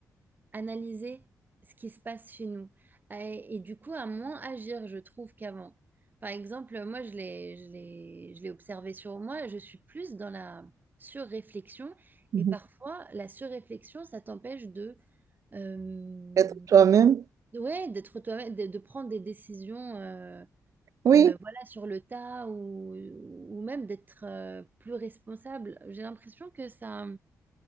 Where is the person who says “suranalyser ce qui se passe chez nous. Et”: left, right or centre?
Right